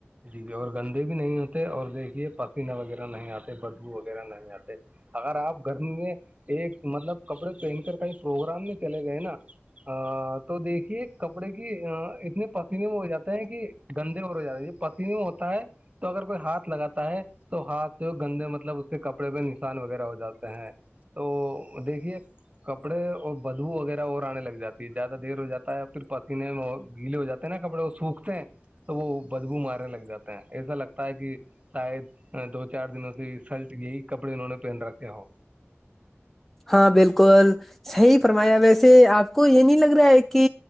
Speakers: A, on the right; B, in the centre.
A: جی اور گندے بھی نہیں ہوتے اور دیکھیے پفینہ وغیرہ نہیں آتے بدبو وغیرہ نہیں آتے اگر آپ گرمی میں ایک مطلب کپڑے پہن کر کہئی پروگرام میں چلے گئے نا ا تو دیکھیے کپڑے کی اتنے پسینے میں ہو جاتے ہیں کہ گندے اور ہو جاتے ہیں ج پتین ہوتا ہے تو اگر کوئی ہاتھ لگاتا ہے تو ہاتھ سے گندے مطلب اس کے کپڑے پہ نشان وغیرہ ہو جاتے ہیں تو دیکھیے کپڑے اور بدبو وغیرہ اور آنے لگ جاتی ہے زیادہ دیر ہو جات ہےیا پھر پسینے میں گیلے ہو جاتے نا کپڑے وہ سوکھتے ہیں تو وہ بدبو مارنے لگ جاتے ہیں ایسا لگتا ہے کہ شاید دو چار دنوں سے سلٹ یہئی کپڑے انہوں نے پہن رکھے ہو
B: ہاں بالکل صحی فرمایا ویسے آپ کو یہ نہیں لگ رہا ہے کہ